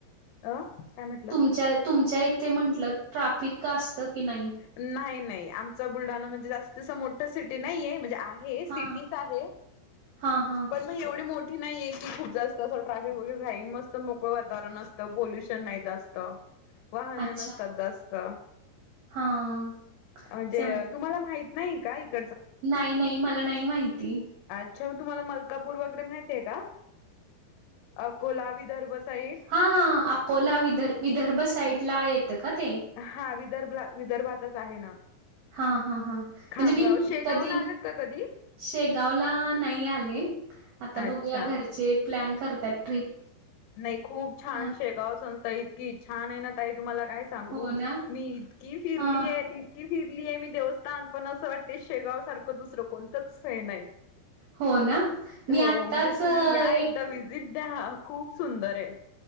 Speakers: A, on the left; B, on the right.
A: अ काय म्हटलं
B: तुमच्या, तुमच्या इथ ते म्हंटलं, ट्राफिक का असतं? की नाही?
A: नाही नाही आमचा बुलढाणा म्हणजे जास्त असं मोठ सिटी नाहीे म्हणजे आहे सिटीज
B: हां.
A: आहे,
B: हां, हां.
A: पण मग एवढी मोठी नाहीे. की खूप जास्त असं ट्राफिक वगैरे. घाईन, मस्त मोकळ वातावरण असतं, पोल्युशन नाही जास्त. वाहन
B: अच्छा.
A: नसतात जास्त,
B: हां.
A: म्हणजे
B: चांगलं.
A: तुम्हाला माहित नाही काय हिक
B: नाही, नाही मला नाही माहिती.
A: अच्छा म तुम्हाला, ' मलकापूर 'वगैरे माहितीय का? अकोला, विदर्भ. साईड
B: हा हा अकोला, विदर् विदर्भ, साईड ला येतं का ते?
A: हा विदर्भ विदर्भातच आहे ना.
B: हा हा हा म्हणजे
A: खामगाव
B: मी,
A: शेगावला
B: कधी
A: आलात का कधी
B: शेगावला नाही आले. आता
A: अच्छा
B: बघूया घरचे प्लॅन करतात ट्रिप.
A: नाही खूप छान!
B: हां.
A: शेगाव-संस्था इतकी छान आहे ना, ताई तुम्हाला काय सांगू
B: हो ना?
A: मी इतकी फिरली
B: हां.
A: आहे. इतकी फिरली आहे मी देवस्थान. पण असं वाटते शेगाव सारखं दुसरं कोणतंच हे नाही.
B: हो ना? मी
A: हो,
B: आत्ताच
A: म्हणजे तुम्ही
B: अ,
A: या
B: एक
A: एकदा, विजिट द्या. खूप सुंदर आहे!